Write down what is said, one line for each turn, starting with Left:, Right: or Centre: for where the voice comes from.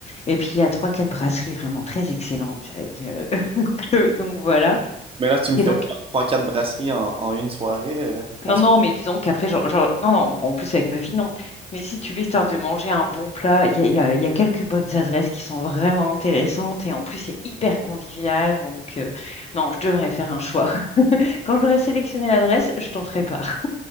Left: Et puis, il y a trois, quatre brasseries vraiment très excellentes. avec, euh, <laughs> donc, euh, donc, voilà.
Right: Mais là, tu me
Left: Et
Right: fais
Left: donc,
Right: faire 3-4 brasseries en, en une soirée. euh, parce-
Left: Non, non, mais disons qu'après, genre, genre- non, non, en plus avec ma fille, non. Mais si tu veux, histoire de manger un bon plat, il y a, il y a- il y a quelques bonnes adresses qui sont vraiment intéressantes et en plus, c'est hyper convivial. Donc, euh, non, je devrais faire un choix. <laughs> Quand j'aurai sélectionné l'adresse, je t'en ferai part.